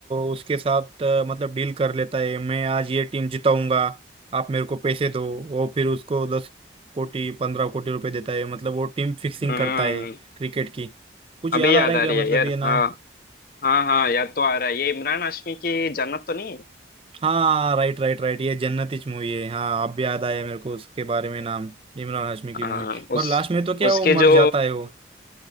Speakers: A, on the right; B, on the left.
A: उसके साथ अ, मतलब डील कर लेता है मैं आज ये टीम जिताऊंगा आप मेरे को पैसे दो वो फिर उसको दस कोटी पंद्रह कोटी रुपए देता है मतलब वो टीम फिक्सिंग
B: हम्म
A: करता है क्रिकेट की कुछ
B: अभी
A: याद आ
B: याद
A: रहा है
B: आ
A: क्या
B: रही है
A: मतलब
B: यार
A: ये नाम
B: हाँ हाँ हाँ याद तो आ रहा है ये इमरान हाशमी की जन्नत तो नहीं है
A: हाँ राइट राइट राइट ये जन्नत इच मूवी है हाँ अब याद आया मेरे को उसके बारे में नाम इमरान हाशमी की
B: हाँ
A: मूवी
B: उस
A: और लास्ट में तो क्या
B: उसके
A: वो
B: जो
A: मर जाता है वो